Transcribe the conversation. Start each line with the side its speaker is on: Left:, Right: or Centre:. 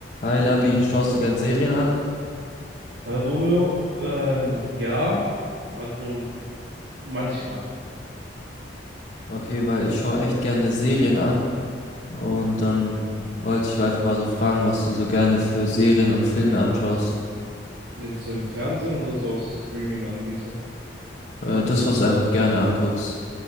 Left: Hi Labi, schaust du gern Serien an?
Right: Hallo Romeo, ähm, ja, also manchmal.
Left: Okay, weil ich schaue echt gerne Serien an. Und dann wollte ich einfach mal so fragen, was du so gerne für Serien und Filme anschaust.
Right: Jetzt so im Fernsehen oder so auf Streaming-Anbietern.
Left: Äh, das, was du einfach gerne anguckst.